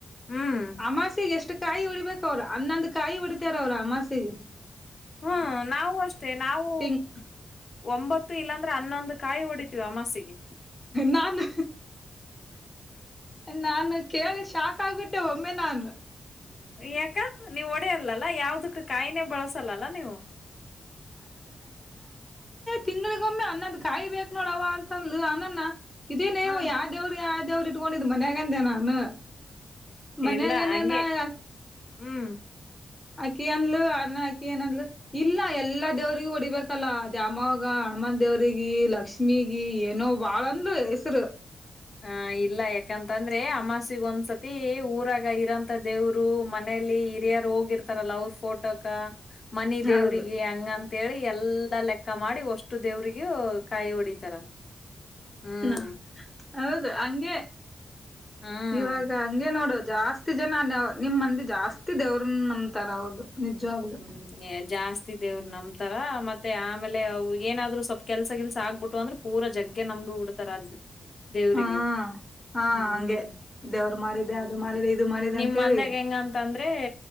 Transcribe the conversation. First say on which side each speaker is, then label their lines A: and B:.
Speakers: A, on the left (about 55°); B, on the left (about 20°).
A: ಹ್ಮ್
B: ಅಮಾಸಿಗೆ ಎಷ್ಟ್ ಕಾಯಿ ಹೊಡಿಬೇಕ ಅವ್ರ ಅನ್ನೊಂದು್ ಕಾಯಿ ಹೊಡಿತಾರ ಅವ್ರ ಅಮಾಸಿಗೆ
A: ಹ್ಮ್ ನಾವು ಅಷ್ಟೇ ನಾವು
B: ತಿಂಗ್
A: ಒಂಬತ್ತು ಇಲ್ಲಾಂದ್ರೆ ಹನ್ನೊಂದು ಕಾಯಿ ಹೊಡಿತೀವಿ ಅಮಾಸೆಗೆ
B: ನಾನು ನಾನು ಕೇಳಿ ಶಾಕ್ ಆಗ್ಬಿಟ್ಟೆ ಒಮ್ಮೆ ನಾನು
A: ಯಾಕ ನೀವ್ ಓಡ ಯಾವ ಕಾಯಿನ ಬಳಸಲ್ಲ ನೀವು
B: ತಿಂಗಗಳಿಗೊಮ್ಮೆ ಅನ್ನದ್ ಕಾಯಿ ಬೇಕಕ್ ನೋಡವ ಅಂತಂದ ಅನ್ನನ್ನ ಇದೇನೇವ
A: ಹಾ
B: ಯಾವ ದೇವರು ಯ ೇವ್ರು ಇಟ್ಕೊಂಡಿದ್ ಮನ್ಯಾಗಂದೆ ನಾನು ಮನ್ಯಾಗನಾನ
A: ಇಲ್ಲ ಹಂಗೆ
B: ಯಾಕ
A: ಹ್ಮ್
B: ಅಕ್ಕಿ ಅಂದಲಲು ಅನ ಅಕ್ಕಿ ಏನಂದ್ಲು ಇಲ್ಲ ಎಲ್ಲಾ ದೇವ್ರಗ ಹೊಡಿಬೇಕಲ್ಲ ದ್ಯಾಮವಾಗ ಹಣಮಾ ದೇವ್ರಿಗೆ ಲಕ್ಷ್ಮೀಗ ಏನೋ ವಾಳಂದು ಹೆಸರು
A: ಹ ಇಲ್ಲ ಯಾಕಂತಂದ್ರೆ ಅಮಾಸಗ ಒಂದ್ಸತಿ ಊರಾಗ ಇರಂತ ದೇವರು ಅವರು ಮನೇೆಯಲ್ಲಿ ಹಿರಿಯರು ಹೋಗಿರ್ತಾರಲ್ಲ ಅವ್ರ ಫೋಟೋಕ ಮನಿ ದೇವ್ರಿಗೆ
B: ಹೌದು
A: ಹಂಗ ಅಂತೇಳಿ ಎಲ್ಲಾ ಲೆಕ್ಕ ಮಾಡಿ ಒಷ್ಟು ದೇವ್ರಿಗೂ ಕಾಯ ಉಡಿತರ ಹ್ಮ್
B: ನಾ ಹೌದು ಹಂಗೆ
A: ಹ್ಮ್
B: ಇವಾಗ ಹಂಗೆ ನೋಡೋದು ಜಾಸ್ತಿ ಜನ ನಿಮ್ಮ ಮಂದಿ ಜಾಸ್ತಿ ದೇವ್ರನ್ನ ನಂತಾರ ಹೌದು ನಿಜವಾಗ್ಲು
A: ಹ್ಮ್ ಜಾಸ್ತಿ ದೇವ್ರ ನ್ ತರಾ ಮತ್ತೆ ಆಮೇಲೆ ಏನಾದ್ರು ಸ್ವಲ್ಪ ಕೆಲಸ ಕೆಲ್ಸ ಆಗ್ಬಿಟ್ಟು ಅಂದ್ರೆ ಪೂರ ಜಗ್ಗೆ ನಮ್ದ ಬಿಡ್ತಾರ ಅ ದೇವ್ರರಿಗೆ
B: ಹಾ ಹಾ
A: ಹ್ಮ್
B: ಹಂಗೆ ದೇವ್ರ ಮಾಡಿದೆ
A: ಹ್ಮ
B: ಅದು ಮಾಡಿದೆ ಇದು ಮಾಡಿದೆ
A: ನಿಮ್ಮ್
B: ಅಂತೇಳಿ
A: ಮಂದಾಗ ಹೆಂಗಂತ ಅಂದ್ರೆ